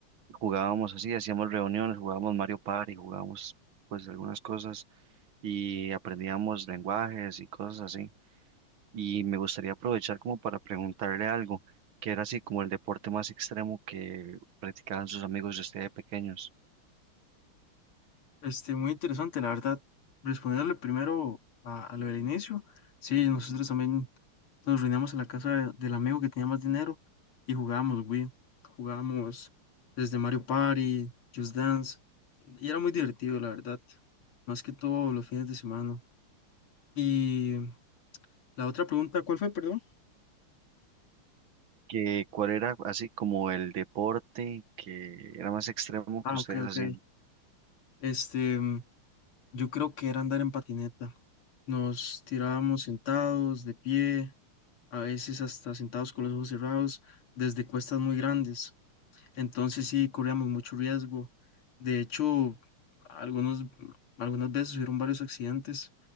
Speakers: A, on the right (about 70°); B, on the left (about 80°).
A: Jugábamos así, hacíamos reuniones, jugábamos Mario Party, jugábamos pues algunas cosas y aprendíamos lenguajes y cosas así. Y me gustaría aprovechar como para preguntarle algo, que era así como el deporte más extremo que practicaban sus amigos de ustedes pequeños.
B: Este, muy interesante, la verdad. Responderle primero a, a lo del inicio. Sí, nosotros también nos reuníamos en la casa de- del amigo que tenía más dinero y jugábamos Wii. Jugábamos desde Mario Party, Just Dance. Y era muy divertido, la verdad. Más que todo los fines de semana. Y la otra pregunta, ¿cuál fue, perdón?
A: Que cuál era así como el deporte que era más extremo
B: Ah,
A: que ustedes
B: ok, ok.
A: hacían.
B: Este, mm, yo creo que era andar en patineta. Nos tirábamos sentados, de pie. a veces hasta sentados con los ojos cerrados, desde cuestas muy grandes. Entonces sí corríamos mucho riesgo. De hecho, algunos, algunas veces hubieron varios accidentes,